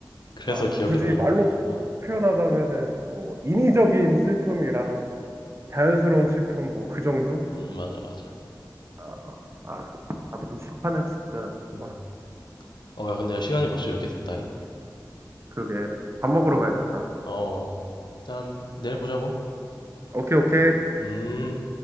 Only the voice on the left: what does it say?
그래서
기억이
나,
어, 내가. 어.
음, 맞아, 맞아.
음.
어, 야, 근데 시간이 벌써 이렇게 됐다잉.
어,
어, 어. 일단 내일 보자고.
음.